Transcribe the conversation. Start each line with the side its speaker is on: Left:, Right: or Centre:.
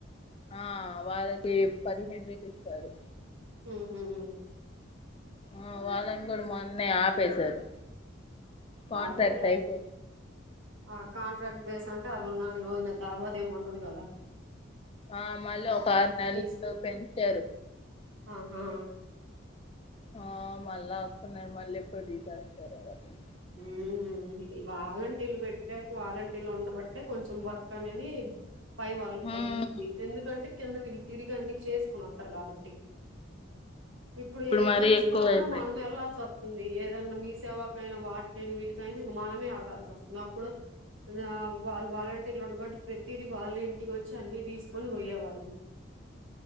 Left: ఆ వాళ్ళకి పదిహేన్ వేల్ ఇస్తారు
Right: హ్మ్ హు హు
Left: ఆ వాళ్ళన్ గూడ్ మొన్నే ఆపేశారు కాంట్రాక్ట్
Right: అదే ఎట్
Left: అయిపో
Right: ఆ కాంట్రాక్ట్ బేస్ అంటే అది ఉన్నన్ని రోజులె తర్వాత ఏమ్ ఉండదు గదా
Left: ఆ మళ్ళీ ఒక అర్నేళ్లు
Right: తీసుకు
Left: పెంచార్
Right: ఆహా
Left: ఆ మళ్ళా అస్తున్నారు మలెప్పుడు తీషేస్తారో వాళు
Right: హ్మ్ ఈ వాలంట్రిలు పెట్టాకు వాలంట్రీలు ఉండబట్టే కొంచెం వర్క్ అనేది పై వాళ్ళక్
Left: మ్మ్
Right: తగ్గిచ్చి ఎందుకంటే కింద వీళ్ తిరిగన్ని చేస్కొని ఆతరు కాబట్టి ఇప్పుడు ఏద్
Left: మరీ
Right: జెస్కోవాలన్నా
Left: ఎక్కువ అయిపోయింది
Right: మనం వెళ్లాల్సి వస్ వుంది ఏదన్నా మీ సేవకైనా వాట్కైనా వీటికైనా ఇంగ మనమే అళ్లాల్సి వస్తుంది అప్పుడు ఆదా వాళ్ వాలంటీర్లు ఉండబట్టి ప్రతిది వాళ్లే ఇంటికొచ్చి అన్ని తీసుకొని పోయేవాళ్లు